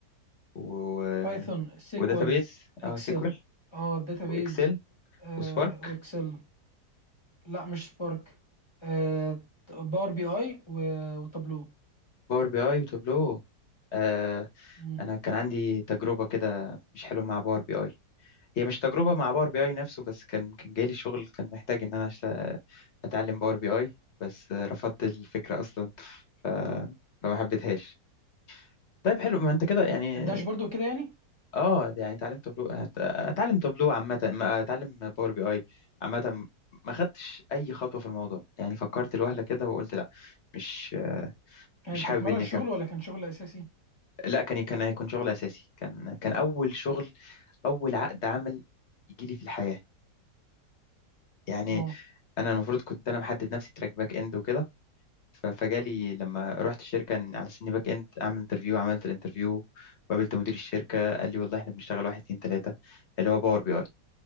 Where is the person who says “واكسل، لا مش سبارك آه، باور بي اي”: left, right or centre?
Left